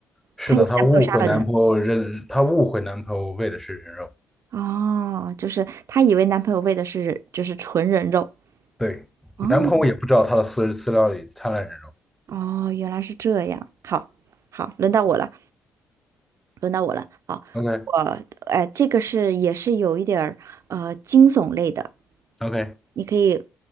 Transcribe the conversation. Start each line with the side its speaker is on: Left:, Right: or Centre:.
Centre: 是的，
Right: 她以为男朋友杀了人，
Centre: 她误会男朋友认，她误会男朋友喂的是人肉。
Right: 哦，就是她以为男朋友喂的是人，就是纯人肉，
Centre: 对，
Right: 哦，
Centre: 男朋友也不知道她的饲饲料里掺了人肉。
Right: 哦，原来是这样，好，好，轮到我了，轮到我了，好。
Centre: OK
Right: 呃，哎，这个是也是有一点儿呃惊悚类的，
Centre: OK。
Right: 你可以。